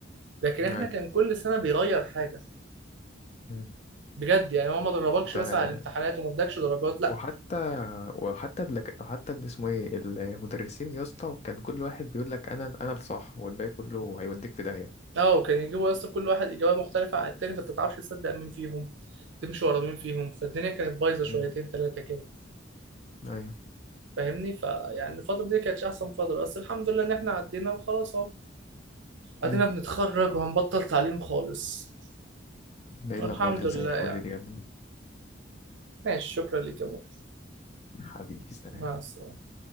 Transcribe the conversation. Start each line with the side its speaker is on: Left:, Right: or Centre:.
Right: لكن احنا
Left: ايوه
Right: كان كل سنه بيغير حاجه
Left: مم.
Right: بجد يعني هو ما دربكش
Left: ده
Right: مثلا على الامتحانات وما ادكش درجات لا
Left: وحتى وحتى اللك... وحتى اللي اسمه ايه المدرسين يا اسطى كان كل واحد بيقول لك انا انا الصح والباقي كله هيوديك في داهيه
Right: اه وكان يجيبوا يا اسطى كل واحد اجابه مختلفه عن التاني فانت ما تعرفش تصدق مين فيهم تمشي ورا مين فيهم فالدنيا كانت بايظه شويتين
Left: مم.
Right: ثلاثه كده
Left: ايوه
Right: فاهمني فيعني الفتره دي كانتش احسن فتره بس الحمد لله ان احنا عدينا وخلاص اهو ادينا
Left: مم.
Right: بنتخرج وهنبطل تعليم خالص
Left: ده ايه
Right: والحمد
Left: الاخبار اللي
Right: لله
Left: زي الفل
Right: يعني
Left: دي يا ابني
Right: ماشي شكرا لك يا مول
Left: حبيبي سلام
Right: مع السلامه